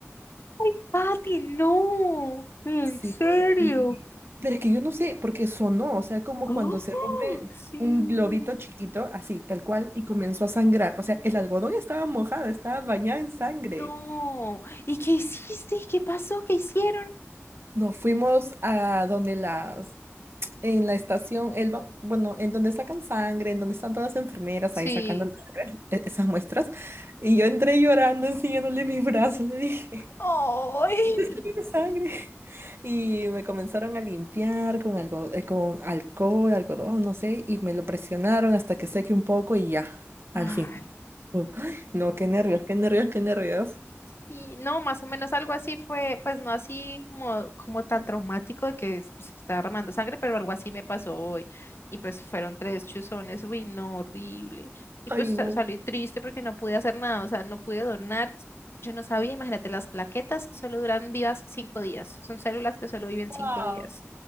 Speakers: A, on the left; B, on the right.
A: Ay, Pati, no. ¿En
B: Sí.
A: serio?
B: Y- pero es que yo no sé, porque sonó, o sea, como
A: Oh,
B: cuando se rompe
A: sí.
B: un globito chiquito, así, tal cual, y comenzó a sangrar. O sea, el algodón estaba mojado, estaba bañado en sangre.
A: No. ¿Y qué hiciste? ¿Qué pasó? ¿Qué hicieron?
B: Nos fuimos a donde las, en la estación, el, ba- bueno, en donde sacan sangre, en donde están todas las enfermeras
A: Sí.
B: ahí sacando las sangre, e- esas muestras. Y yo entré llorando, enseñándole mis brazos, le dije,
A: Ay.
B: "Tengo sangre. Y me comenzaron a limpiar con algo, eh, con alcohol, algodón, no sé, y me lo presionaron hasta que seque un poco y ya,
A: Ay.
B: al fin. Uh, ¡ay! no, qué nervios, qué nervios, qué nervios.
A: Y no, más o menos algo así fue, pues no así como, como tan traumático de que se estaba armando sangre, pero algo así me pasó hoy. Y pues fueron tres chuzones, uy, no, horrible. Y
B: Ay,
A: pues sa-
B: no.
A: salí triste porque no pude hacer nada, o sea, no pude donar. Yo no sabía, imagínate, las plaquetas solo duran vivas cinco días, son células que solo viven
B: Wow,
A: cinco días.